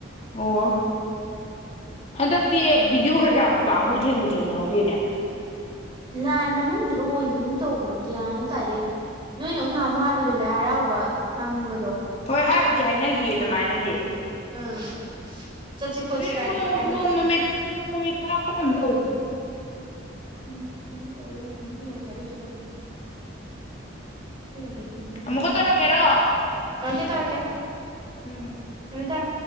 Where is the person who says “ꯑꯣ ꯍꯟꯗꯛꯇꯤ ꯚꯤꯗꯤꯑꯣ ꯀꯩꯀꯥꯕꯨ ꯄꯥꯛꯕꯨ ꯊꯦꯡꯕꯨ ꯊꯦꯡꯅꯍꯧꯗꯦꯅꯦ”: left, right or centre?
Left